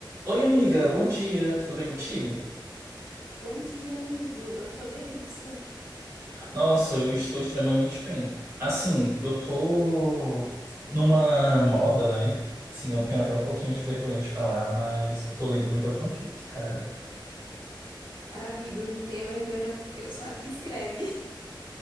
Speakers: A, on the right (about 35°); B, on the left (about 80°).
A: Oi, amiga, bom dia, tudo bem contigo?
B: Bom dia, amigo. Eu tô bem, e você?
A: Nossa, eu estou extremamente bem. Assim, eu tô numa moda, né? Sim, eu tenho até um pouquinho de vergonha de falar, mas eu tô lendo muita fanfic, cara.
B: Ah, amigo, não tenha vergonha não, porque eu sou a que escreve.